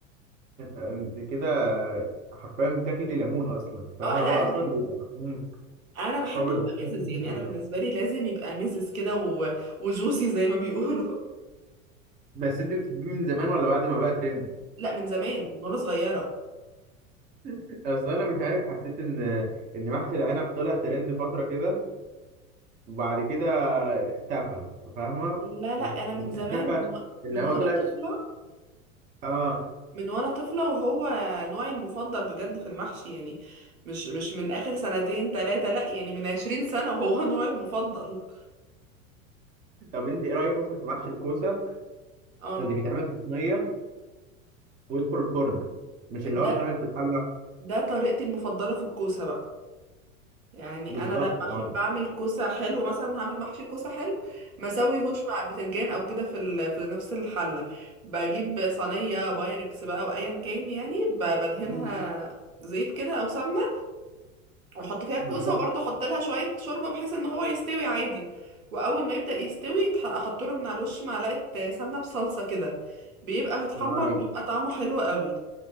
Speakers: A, on the right; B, on the right.
A: انت كده حرفيا بتاكلي ليمون اصلا فاهمه
B: اه لا
A: هو
B: انا
A: اصلا
B: بحب
A: بيبقى امم
B: انا بحبه
A: هو بيبقى
B: يبقى
A: أحسن
B: مزز
A: مني
B: يعني
A: في الزمن.
B: انا بالنسبه لي لازم يبقى مزز كده و... وجوسي زي ما بيقولوا
A: بس انت بتحبيه من زمان ولا بعد ما بقى ترند
B: <laughs> لا من زمان من وانا صغيره
A: <laughs> اصلا انا مش عارف حسيت ان ان محشي العنب طلع ترند فتره كده وبعد كده اختفى فاهمه
B: لا لا انا من
A: مش
B: زمان
A: اختفى
B: من و...
A: اللي
B: من
A: هو
B: وانا
A: طلع
B: طفله
A: اه
B: من وانا طفلة وهو نوعي المفضل بجد في المحشي يعني مش مش من اخر سنتين تلاتة لا يعني من عشرين سنة وهو <laughs> نوعي المفضل
A: طب انت ايه رايك مثلا في محشي الكوسه
B: اه
A: اللي بيتعمل في صينيه ويدخل الفرن مش اللي
B: ده
A: هو بيتعمل في الحله
B: ده طريقتي المفضلة في الكوسة بقى يعني
A: بالظبط
B: انا لما
A: اه
B: احب اعمل كوسة حلو مثلا هعمل محشي كوسة حلو مسوي هوش مع البتنجان او كده في ال... في نفس الحلة بجيب صينية بايركس بقى وايا كان يعني ب- بدهنها
A: مم.
B: زيت كده او سمنة واحط فيها الكوسه
A: بالظبط
B: وبرضه احط لها شويه شوربه بحيث ان هو يستوي عادي واول ما يبدا يستوي يتح- احط له من على الوش معلقه سمنه بصلصه كده بيبقى متحمر
A: الله عليك
B: وبيبقى طعمه حلو قوي